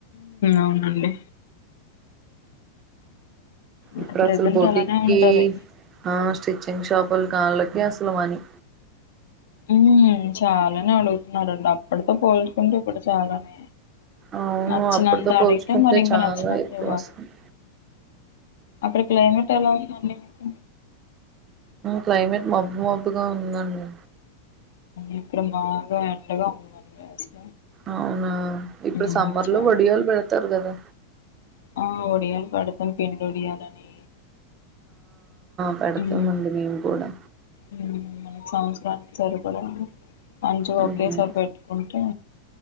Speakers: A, on the left; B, on the right.
A: అవునండి ఇంకా
B: ఇప్పుడు
A: ప్రజెంట్
B: అసలు బోటికి
A: అలానే ఉంటది
B: ఆ స్టిచ్ చికెన్ షాపుల వాళ్ళకి అసలు మనీ
A: ఉ చాలానే అడుగుతున్నారండి అప్పటితో పోల్చకుంటే ఇప్పుడు చాలానే
B: అవును
A: నచ్చినంత
B: అప్పుటితో పోల్చుకుంటే
A: అడిగితే మరి ఇంకా
B: చాలా
A: నచ్చినంత
B: ఎక్కువ
A: ఇవ్వాలి
B: వస్తుంది
A: అక్కడ క్లైమేట్ ఎలా ఉందండి మీకు
B: క్లైమేట్ మబ్బు మబ్బుగా ఉందండి
A: ఇప్పుడ బాగా ఎండగా ఉందండి అసలు
B: అవునా ఇప్పుడు
A: ఉమ్
B: సమ్మర్
A: చాలా
B: లో వడియాలు పెడతార్ కదా
A: ఆ ఒడియాల పెడతం పిండి ఒడియాలని
B: పడతం
A: ఉమ్,
B: అండి మీమ్ కూడా
A: ఉమ్, సంవత్సరానికి సరిపడ మంచిగా
B: హ్మ్.
A: ఒకేసారి పెట్టుకుంటే